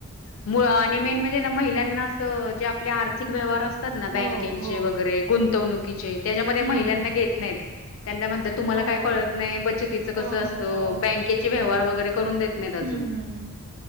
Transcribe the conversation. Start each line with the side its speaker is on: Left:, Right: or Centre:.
Left: मु आणि मेन म्हणजे महिलांना अस जे आपले आर्थिक व्यवहार अस बँकेचे
Right: हो हो
Left: वगैरे गुंतवणुकीचे त्याच्यामध्ये
Right: हम्म.
Left: महिलांना घेत नाही त्यांना म्हण तुम्हाला
Right: हो
Left: काय कळत नाही बचतीचं कसं
Right: हो
Left: असतं.
Right: हो हो
Left: बँकेचे व्यवहार वगैरे करून देत नाहीत अजून.
Right: हम्म हम्